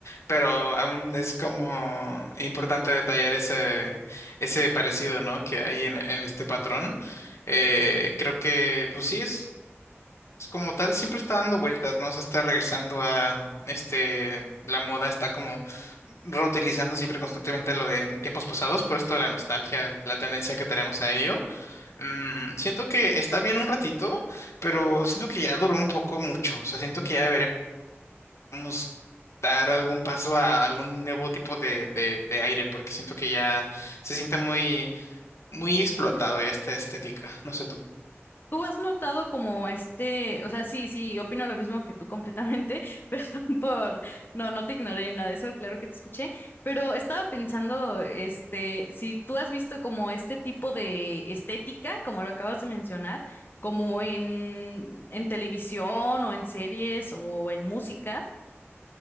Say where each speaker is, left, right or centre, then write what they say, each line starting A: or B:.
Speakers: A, on the left; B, on the left.
A: pero aún es como importante detallar ese, ese parecido, ¿no? Que hay en en este patrón. Eh, creo que, pues sí, es, es como tal, siempre está dando vueltas, ¿no? Se está regresando a, este, la moda está como reutilizando siempre constantemente lo de tiempos pasados, por esto de la nostalgia, la tendencia que tenemos a ello. Mm, siento que está bien un ratito, pero siento que ya duró un poco mucho, o sea, siento que ya deberíamos dar algún paso a algún nuevo tipo de, de, de aire, porque siento que ya se siente muy, muy explotado ya esta estética, no sé tú.
B: ¿Tú has notado como este, o sea, sí, sí, opino lo mismo que tú completamente, <laughs> perdón por, no, no te ignoré ni nada de eso, claro que te escuché, pero estaba pensando, este, si tú has visto como este tipo de estética, como lo acabas de mencionar, como en, en televisión o en series o en música.